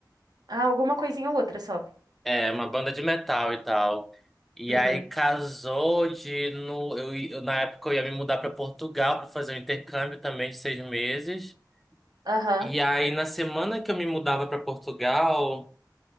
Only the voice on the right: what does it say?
Ah, alguma coisinha ou outra só.
Uhum.
Aham.